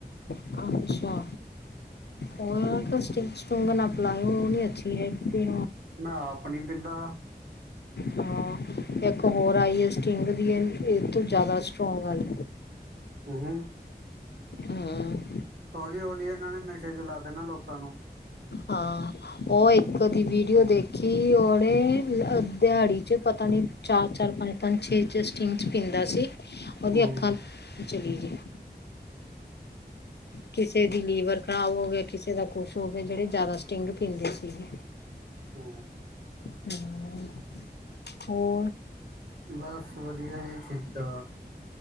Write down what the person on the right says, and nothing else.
ਹੂੰ
ਮੈਂ ਆਪ ਨੀ ਪੈਂਦਾ
ਹ ਹਮ
ਹੌਲੀ- ਹੌਲੀ, ਇਹਨਾਂ ਨੇ ਨਸ਼ੇ ਚ, ਲਾ ਦੇਣਾ ਲੋਕਾਂ ਨੂੰ
ਹੂੰ
ਹੂੰ
ਬੱਸ ਵਧੀਆ ਜੀ। ਠੀਕ -ਠਾਕ